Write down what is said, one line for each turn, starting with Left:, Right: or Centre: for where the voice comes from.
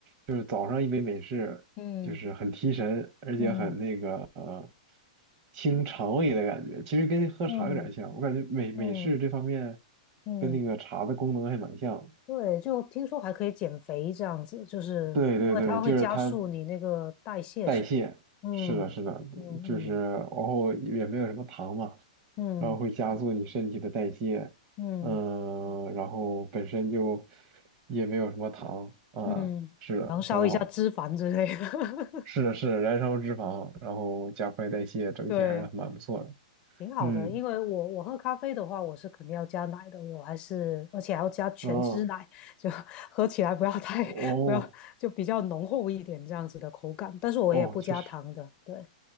Right: 就是早上一杯美式，
Left: 嗯
Right: 就是很提神，而且很那个呃，
Left: 嗯
Right: 清肠胃的感觉。其实跟喝茶有点像，
Left: 嗯
Right: 我感觉美美式这方面
Left: 嗯嗯嗯，
Right: 跟那个茶的功能还蛮像。
Left: 对，就听说还可以减肥这样子，就是因为它会加速你那个代谢，
Right: 对对对，就是它代谢，
Left: 是吧？嗯嗯
Right: 是的，是的，就是然后也没有什么糖嘛，
Left: 嗯
Right: 然后会加速你身体的代谢，
Left: 嗯嗯
Right: 嗯，然后本身就也没有什么糖啊，
Left: 嗯，
Right: 是的，
Left: 燃烧一下脂肪之类的，
Right: 很好，是的，是的，燃烧脂肪，然后加快代谢，
Left: <laughs>
Right: 整体还是蛮不错的，
Left: 对，挺好的。
Right: 嗯，
Left: 因为我我喝咖啡的话，我是肯定要加奶的，我还是而且还要加全脂奶，
Right: 哦，
Left: 就 <laughs> 喝起来不要太不要就比较浓厚一点这样子的口感，
Right: 哦，
Left: 但是我也不加糖的，
Right: 哦，确实。
Left: 对，